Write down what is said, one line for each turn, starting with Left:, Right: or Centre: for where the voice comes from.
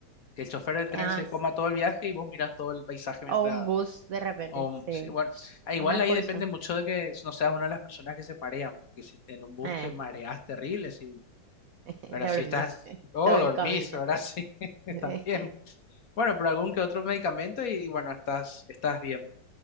Left: que el chofer del tren
Right: ah,
Left: se
Right: s-
Left: coma todo el viaje y vos mirás todo el paisaje mientras...
Right: o un bus de repente,
Left: O,
Right: sí.
Left: sí, bueno, ah,
Right: Una
Left: igual
Right: excursión.
Left: ahí depende mucho de que no seas una de las personas que se marean, que si en un bus
Right: Eh,
Left: te mareas terrible, si,
Right: <laughs>
Left: ahora
Right: dormís
Left: si estás,
Right: <laughs>
Left: oh,
Right: todo el
Left: dormís,
Right: camino.
Left: ahora sí, <laughs>
Right: <laughs>
Left: también. Bueno, pero algún que otro medicamento y, y bueno, estás, estás bien.